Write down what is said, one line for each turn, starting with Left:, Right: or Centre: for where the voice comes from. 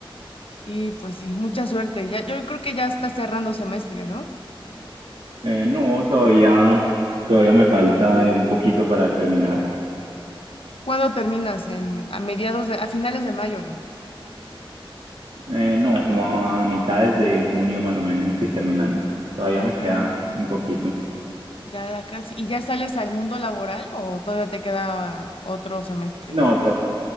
Left: Y pues sí, mucha suerte. Ya, yo creo que ya estás cerrando semestre, ¿no?
Right: Eh, no, todavía, todavía me falta eh, un poquito para terminar.
Left: ¿Cuándo terminas? En, a mediados de, a finales de mayo, ¿no?
Right: Eh, no, como a mitades de junio más o menos estoy terminando. Todavía
Left: Ah,
Right: me queda un poquito.
Left: ya, ya casi. ¿Y ya sales al mundo laboral o todavía te queda otro semestre?
Right: No, to-